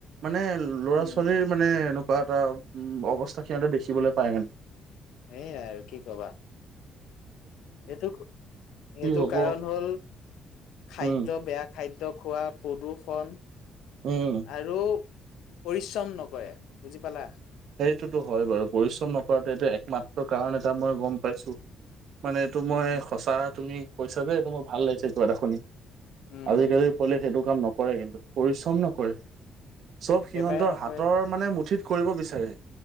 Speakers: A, on the right; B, on the left.
A: মানে ল'ৰা
B: উম।
A: ছোৱালীৰ মানে এনেকুৱা এটা উ অৱস্থা সিহঁতে দেখিবলৈ পায় মানে।
B: সেই আৰু কি কবা। সেইটো সেইটো
A: কি হব
B: কাৰণ হ'ল। খাদ্য
A: উম
B: বেয়া খাদ্যয় খোৱা। প্ৰদূষন
A: উম
B: আৰু পৰিশ্ৰম নকৰে বুজি পালা।
A: সেইটোতো হয় বাৰু পৰিশ্ৰম নকৰাটো এইটো একমাত্ৰ কাৰণ এটা মই গম পাইছো। মানে এইটো
B: উম
A: মই সঁচা তুমি কৈছা যে এইটো মোৰ ভাল লাগিছে কিবা এটা শুনি।
B: উম,
A: আজিকালি পলে সেইটো কাম নকৰে কিন্তু। পৰিশ্ৰম নকৰে চব
B: একেবাৰে
A: সিহঁতৰ
B: নকৰে
A: হাতৰ মানে মুঠিত কৰিব বিচাৰে।